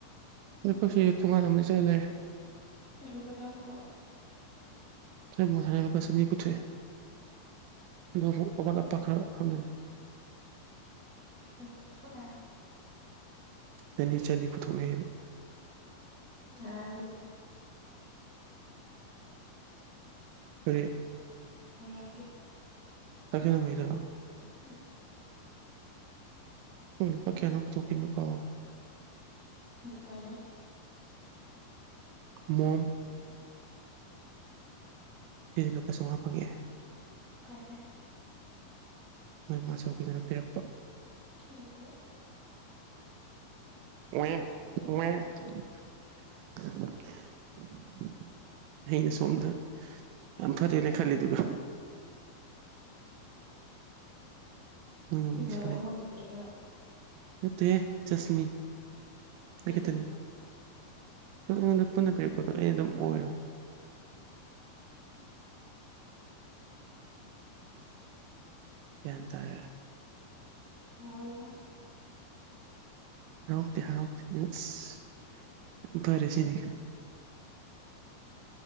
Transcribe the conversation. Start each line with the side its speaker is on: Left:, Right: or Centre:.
Right: ꯑꯩꯈꯣꯏꯁꯤ ꯊꯣꯡꯒꯟ ꯑꯃꯅꯤ ꯆꯪꯉꯥ ꯂꯩꯔꯦ
Left: ꯅꯪꯅ ꯂꯨꯄꯥ ꯀꯌꯥ ꯄꯨꯊꯣꯛꯑꯕ
Right: ꯑꯩ ꯑꯃꯨꯛ ꯉꯁꯥꯏ ꯂꯄꯥ ꯆꯥꯅꯤ ꯄꯨꯊꯣꯛꯑꯦ ꯑꯗꯨꯕꯨꯨ ꯃꯨꯛ ꯑꯋꯥꯠ ꯑꯄꯥ ꯈꯔ ꯈꯪꯒꯅꯤ
Left: ꯅꯪꯅ ꯄꯨꯊꯣꯛꯑꯦ
Right: ꯆꯥꯅꯤ ꯆꯥꯅꯤ ꯄꯨꯊꯣꯛꯅꯩꯑꯕ
Left: ꯉꯔꯥꯡꯒꯤꯗꯤ
Right: ꯀꯔꯤ
Left: ꯉꯔꯥꯡꯒꯤ
Right: ꯆꯥꯛ ꯆꯥꯅꯕꯩꯗꫭ
Left: <unintelligible>
Right: ꯎꯝ ꯂꯨꯄꯥ ꯀꯌꯥꯅꯣ ꯄꯨꯊꯣꯛꯈꯤꯝꯅꯦ ꯀꯥꯎꯔꯦ
Left: <unintelligible>
Right: ꯃꯣꯝ ꯑꯦ ꯂꯨꯄꯥ ꯆꯝꯉꯥ ꯐꯪꯉꯛꯑꯦ
Left: ꯀꯥꯏꯗꯩ
Right: ꯃꯣꯏ ꯃꯥꯆꯧꯕꯤꯗꯨꯅ ꯄꯤꯔꯛꯄ
Left: ꯅꯉꫭꯟꯗꯔꫭ
Right: ꯋꯦ ꯋꯦ <unintelligible> ꯑꯩꯅ ꯁꯣꯝꯗ ꯌꯥꯝ ꯐꯔꯦꯅ ꯈꯜꯂꯤꯗꯨꯒ ꯅꯣꯏꯅ ꯑꯃꯨꯛ
Left: ꯀꯩꯅꯣ
Right: ꯅꯤꯡꯁꯤꯡꯂꯛꯏ
Left: ꯅꯣꯏ ꯑꯍꯨꯝꯃꯛꯀꯤ ꯄꯤꯔꯛꯏꯔꯣ
Right: ꯅꯠꯇꯦꯍꯦ ꯖꯁꯃꯤ
Left: ꯀꯩꯒꯤ
Right: ꯑꯩ ꯈꯛꯇꯅꯤ ꯑꯩꯉꯣꯟꯗ ꯄꯨꯟꯅ ꯄꯤꯔꯛꯄꯗꯣ ꯑꯩꯅ‌ ꯑꯗꯨꯝ ꯑꯣꯏꯔꯕ ꯒ꯭ꯌꯥꯟ ꯇꯥꯔꯦ
Left: ꯍꯔꯥꯎꯔꯦ ꯅꯪ
Right: ꯍꯔꯥꯎꯇꯦ ꯍꯔꯥꯎꯇꯦ <unintelligible> ꯑꯁ ꯐꯔꯦ ꯁꯤꯗꯤ